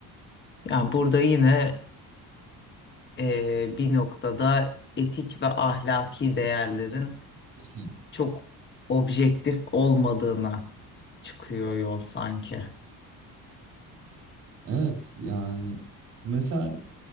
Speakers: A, on the left; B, on the right.
A: Yani burada yine e, bir noktada etik ve ahlaki değerlerin
B: <laughs>
A: çok objektif olmadığına çıkıyor yol sanki.
B: Evet yani mesela